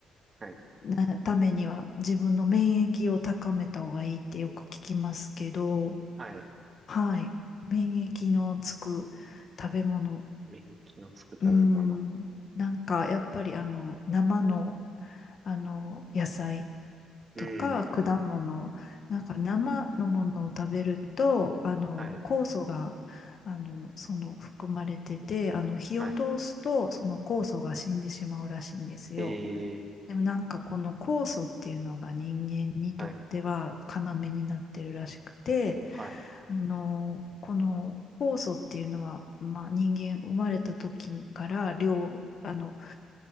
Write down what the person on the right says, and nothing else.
はい。
はい。
免疫のつく食べ物。
うん。
はい。
はい。えー、
はい。はい。